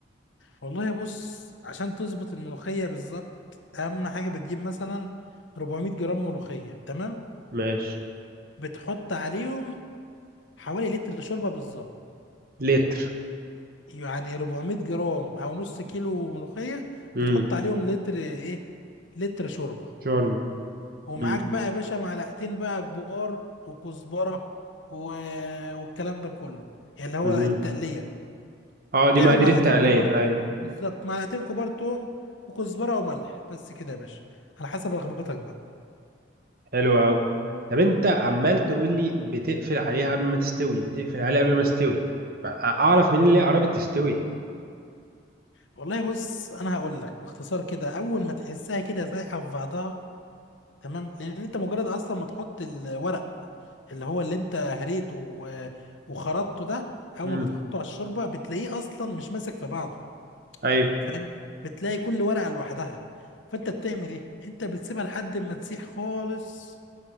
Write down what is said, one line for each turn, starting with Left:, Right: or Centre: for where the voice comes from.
Left: والله بص عشان تظبط الملوخية بالظبط اهم حاجة بتجيب مثلا 400 جرام ملوخية تمام
Right: ماشي
Left: بتحط عليهم حوالي لتر شوربة بالظبط
Right: لتر
Left: يعني 400 جرام او نص كيلو ملوخيه
Right: امم
Left: بتحط عليهم لتر ايه لتر شوربه
Right: شرب
Left: ومعاك
Right: امم
Left: بقى يا باشا معلقتين بقى كبار وكزبره و... والكلام ده كله يعني اللي هو
Right: أمم.
Left: التقليه
Right: اه دي
Left: تعمل
Right: مقادير
Left: معلقتين
Right: التقلية
Left: كبار توم
Right: اي
Left: بالظبط معلقتين كبار توم وكزبره وملح بس كده يا باشا على حسب رغبتك بقى
Right: حلو قوي طب انت عمال تقول لي بتقفل عليها قبل ما تستوي بتقفل عليها قبل ما تستوي ما اعرف منين اللي هي قربت تستوي
Left: والله بص انا هقول لك باختصار كده اول ما تحسها كده سايحه في بعضها تمام لان انت مجرد اصلا ما تحط الورق اللي هو اللي انت هريته و- وخرطته ده اول
Right: امم
Left: ما بتحطه على الشوربه بتلاقيه اصلا مش ماسك في بعضه
Right: ايوه
Left: فاهم بتلاقي كل ورقه لوحدها فانت بتعمل ايه انت بتسيبها لحد ما تسيح خالص